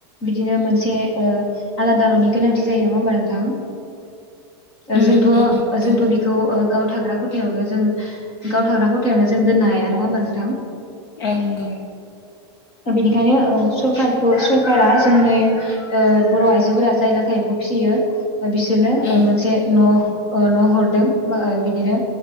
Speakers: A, on the left (about 35°); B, on the left (about 60°).
A: बिदिनो मोन से ओ आलादा न'नि गोनांथि जायो नङा हबा नोंथां? ओ
B: उम
A: जोंथ'
B: नंगौ
A: जोंथ' बेखौ ओ गाव थाग्रा खथायावनो जों गाव थाग्रा खथायावनो जों दोननो हाया नङा होमबा नोंथां?
B: औ नंगौ
A: ओ बेनिखायनो औ सरखार औ सरखारारा जोंनि ओ बर' आइजोफोरा जाय लाथा एमफौ फिसियो दा बिसोरनो
B: उम
A: ओ मोनसे न' ओ न' हरदों मा ओ बिदिनो